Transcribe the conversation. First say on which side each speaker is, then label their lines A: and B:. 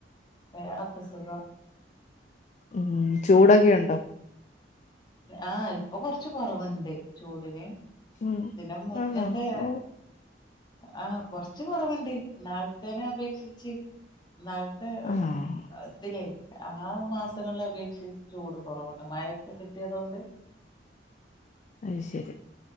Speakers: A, on the left; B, on the left.
A: വേറൊക്കെ സുഖം
B: ഉം ചൂടൊക്കെയൊണ്ടോ
A: ആഹ് ഇപ്പൊ കൊറച്ച് കുറവുണ്ട് ചൂടിന്
B: ഉം
A: ഇതിനും മുന്നത്തെ
B: ആണോ ഓ
A: ആഹ് കൊറച്ച് കൊറവുണ്ട് ഇന്നാളത്തേനെ അപേക്ഷിച്ച് ഇന്നാളത്തെ
B: ആഹ്
A: ഇതിലേ ആഹ് മാസങ്ങളിലപേ ചൂട് കുറവുണ്ട് മഴ കിട്ടിയതുകൊണ്ട്
B: അത് ശരി